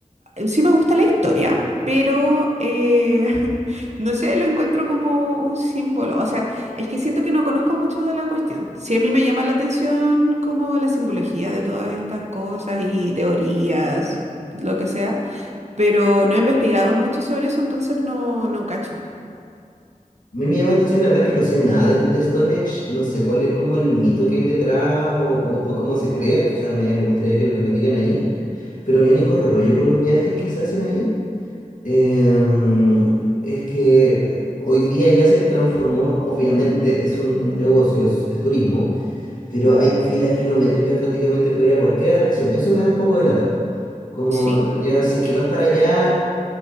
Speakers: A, on the right; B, on the left.
A: sí me gusta la historia, pero eh, <laughs> no sé, lo encuentro como un símbolo. O sea, es que siento que no conozco mucho de la cuestión. Sí a mí me llama la atención como la simbología de todas estas cosas y teorías, lo que sea pero no he investigado mucho sobre eso, entonces no, no cacho.
B: A mí me llama la atención, la verdad es que no sé nada de, de Stone Age, no sé cuál es como el mito que hay detrás o, o- o cómo se crea, quizás me, me gustaría que lo, que lo digan ahí, pero mi único rollo con los viajes que se hacen ahí em, es que eh, hoy día ya se transformó, obviamente es un negocio, es, es turismo, pero hay filas kilométricas prácticamente para ir a cualquier atracción, eso me da un poco de lata. Como
A: Sí,
B: ya sé que vas para allá.